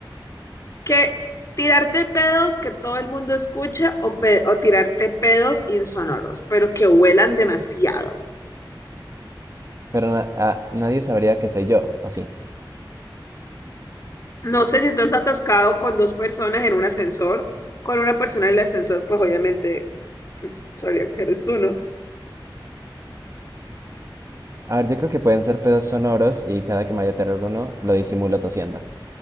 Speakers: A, on the left; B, on the right.
A: ¿Que tirarte pedos que todo el mundo escuche o, pe- o tirarte pedos insonoros, pero que huelan demasiado?
B: Pero na- ah, nadie sabría que soy yo, ¿o sí?
A: No sé si estás atascado con dos personas en un ascensor, con una persona en el ascensor, pues obviamente sabría que eres tú, ¿no?
B: A ver, yo creo que pueden ser pedos sonoros y cada que me vaya a tirar uno lo disimulo tosiendo.